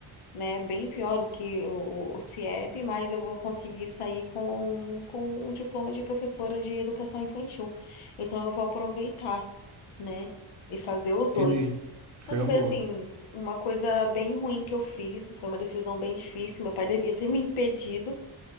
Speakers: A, on the left; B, on the right.
A: né? Bem pior do que o, o o CIEP, mas eu vou conseguir sair com, com um diploma de professora de educação infantil. Então eu vou aproveitar, né? E fazer os
B: Entendi.
A: dois.
B: Foi
A: Mas
B: uma
A: foi
B: boa.
A: assim, uma coisa bem ruim que eu fiz, foi uma decisão bem difícil. Meu pai devia ter me impedido,